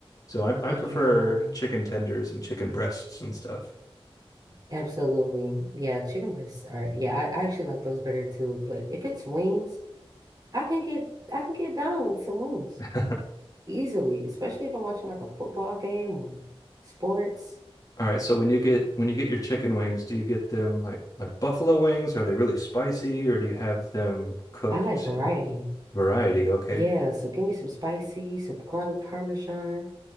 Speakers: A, on the left; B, on the right.
A: So I,
B: Yeah,
A: I prefer chicken tenders and chicken breasts and stuff.
B: absolutely. Yeah, chicken breasts are. Yeah, I, I actually like those better too. But if it's wings, I can get I can get down with some wings
A: <laughs>
B: easily, especially if I'm watching like a football game or sports.
A: All right. So when you get when you get your chicken wings, do you get them like like buffalo wings? Are they really spicy or do you have them cooked
B: I like variety.
A: variety? Okay.
B: Yeah, so give me some spicy, some garlic parmesan.